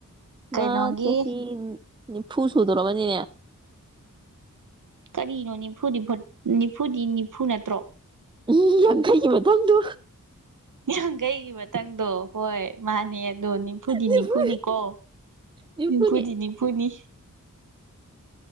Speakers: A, on the right; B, on the right.
A: ꯀꯩꯅꯣꯒꯤ
B: ꯃꯥ ꯆꯍꯤ ꯅꯤꯐꯨ ꯁꯨꯗꯣꯔꯔꯕꯅꯤꯅꯦ
A: ꯀꯔꯤꯅꯣ ꯅꯤꯐꯨꯗꯤ ꯅꯤꯐꯨꯗꯤ ꯅꯤꯐꯨ ꯅꯠꯇ꯭ꯔꯣ
B: ꯎꯝ ꯌꯥꯡꯈꯩꯒꯤ ꯃꯊꯪꯗꯨ
A: ꯌ ꯀꯩꯒꯤ ꯃꯊꯪꯗꯣ ꯍꯣꯏ ꯃꯥꯅꯦ ꯑꯗꯣ ꯅꯤꯝꯐꯨꯗꯤꯅꯤꯐꯨꯅꯤꯀꯣ
B: ꯅꯤꯐꯨ ꯅꯤꯐꯨꯅꯤ
A: ꯅꯤꯝꯐꯨꯗꯤꯅꯤꯐꯨꯅꯤ